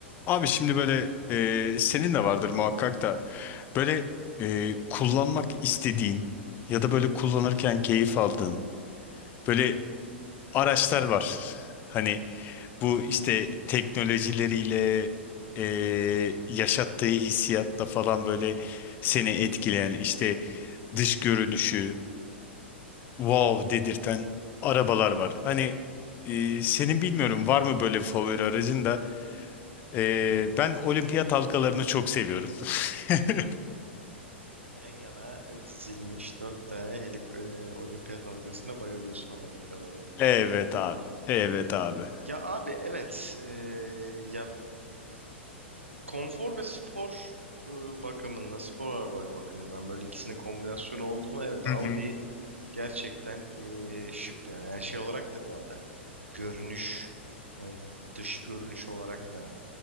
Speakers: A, on the left; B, on the right.
A: Abi şimdi böyle e, senin de vardır muhakkak da böyle e, kullanmak istediğin ya da böyle kullanırken keyif aldığın böyle araçlar var. Hani
B: Evet.
A: bu işte teknolojileriyle e, yaşattığı hissiyatta falan böyle seni etkileyen işte dış görünüşü wow dedirten arabalar var. Hani e, senin bilmiyorum var mı böyle favori aracın da Ee, ben olimpiyat halkalarını çok seviyorum. <laughs>
B: Ha, sen yan yana dizilmiş dört tane helik, e, olimpiyat halkasına bayılıyorsun anladığım kadarıyla.
A: Evet abi. Evet abi.
B: Ya abi evet e, ya konfor ve spor e, bakımında spor araba bakımından böyle ikisinin kombinasyonu oldu mu evet
A: Hı
B: Audi
A: hı.
B: gerçekten e, şık bir araba. Yani şey olarak da bu arada görünüş hani dış görünüş olarak da